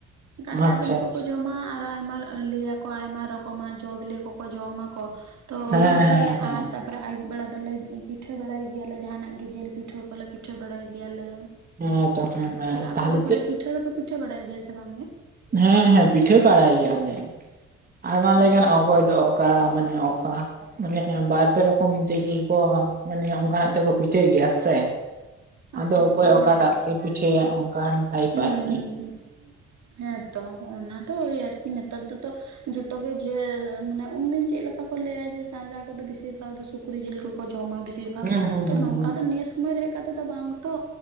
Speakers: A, on the right; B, on the right.
A: ᱠᱟᱱᱴᱟᱲ
B: ᱟᱪᱪᱷᱟ
A: ᱵᱤᱞᱤ
B: ᱟᱪᱪᱷᱟ
A: ᱠᱚᱠᱚ ᱡᱚᱢᱟ ᱟᱨ ᱟᱭᱢᱟ ᱞᱟᱹᱭᱟᱠᱚ ᱟᱭᱢᱟ ᱨᱚᱠᱚᱢᱟᱜ ᱡᱚ ᱵᱤᱞᱤ ᱠᱚᱠᱚ ᱡᱚᱢᱟᱠᱚ᱾ ᱛᱚ
B: ᱦᱮᱸ
A: ᱚᱱᱟᱜᱮ
B: ᱦᱮᱸ ᱦᱮᱸ
A: ᱟᱨ ᱛᱟᱯᱚᱨᱮ ᱟᱹᱭᱩᱵ ᱵᱮᱲᱟ ᱫᱚᱞᱮ ᱯᱤᱴᱷᱟᱹ ᱵᱟᱲᱟᱭ ᱜᱮᱭᱟᱞᱮ ᱡᱟᱦᱟᱸᱱᱟᱜ ᱜᱮ ᱡᱤᱞ ᱯᱤᱴᱷᱟᱹ ᱠᱚᱞᱮ ᱯᱤᱴᱷᱟᱹ ᱵᱟᱲᱟᱭ ᱜᱮᱭᱟᱞᱮ᱾
B: ᱦᱮᱸ ᱛᱚ ᱦᱮᱸ
A: ᱟᱯᱮ
B: ᱛᱟᱦᱞᱮ
A: ᱫᱚ
B: ᱪᱮᱜ
A: ᱢᱟᱱᱮ ᱯᱤᱴᱷᱟᱹ ᱯᱤᱴᱷᱟᱹ ᱵᱟᱲᱟᱭ ᱜᱮᱭᱟ ᱥᱮ ᱵᱟᱝ ᱜᱮ
B: ᱦᱮᱸ ᱦᱮᱸ ᱯᱤᱴᱷᱟᱹ ᱵᱟᱲᱟᱭ ᱜᱮᱭᱟᱞᱮ ᱟᱭᱢᱟ ᱞᱮᱠᱟᱱ
A: ᱟᱪᱪᱷᱟ ᱟᱪᱪᱷᱟ
B: ᱚᱠᱚᱭ ᱫᱚ ᱚᱠᱟ ᱢᱟᱱᱮ ᱚᱠᱟ ᱢᱟᱱᱮ ᱵᱟᱨ ᱯᱮ ᱨᱚᱠᱚᱢ ᱡᱤᱞ ᱠᱚ ᱢᱟᱱᱮ ᱚᱱᱠᱟᱱᱟᱜ ᱛᱮᱠᱚ ᱯᱤᱴᱷᱟᱹᱭ ᱜᱮᱭᱟ ᱥᱮ,
A: ᱟᱪᱪᱷᱟ
B: ᱟᱫᱚ ᱚᱠᱚᱭ
A: ᱟᱪᱪᱷᱟ ᱦᱮᱸ
B: ᱚᱠᱟᱴᱟᱜ
A: ᱛᱚ
B: ᱛᱮ ᱯᱤᱴᱷᱟᱹᱭᱟ ᱚᱱᱠᱟᱱ ᱴᱟᱭᱤᱯ
A: ᱦᱩᱸ
B: ᱟᱨᱠᱤ᱾
A: ᱦᱩᱸ ᱦᱩᱸ ᱦᱮᱸᱛᱚ ᱚᱱᱟ ᱫᱚ ᱳᱭ ᱟᱨᱠᱤ ᱱᱮᱛᱟᱨ ᱫᱚᱛᱚ ᱡᱷᱚ ᱛᱚ ᱡᱮ ᱢᱟᱱᱮ ᱩᱱᱫᱤᱱ ᱪᱮᱫ ᱞᱮᱠᱟ ᱠᱚ ᱞᱟᱹᱭᱟ ᱡᱮ ᱥᱟᱡᱟ ᱠᱚᱫᱚ ᱵᱤᱥᱤᱨ ᱵᱷᱟᱜᱽ ᱫᱚ ᱥᱩᱠᱨᱤ ᱡᱤᱞ ᱠᱚᱠᱚ ᱡᱚᱢᱟ ᱵᱤᱥᱤᱨ ᱵᱷᱟᱜ
B: ᱦᱩᱸ ᱦᱩᱸ
A: ᱛᱚ
B: ᱦᱩᱸ
A: ᱱᱚᱝᱠᱟ
B: ᱦᱩᱸ
A: ᱫᱚ ᱱᱤᱭᱟᱹ ᱩᱢᱟᱹᱨ ᱦᱮᱡ ᱠᱟᱛᱮᱜ ᱫᱚ ᱵᱟᱝ ᱛᱚ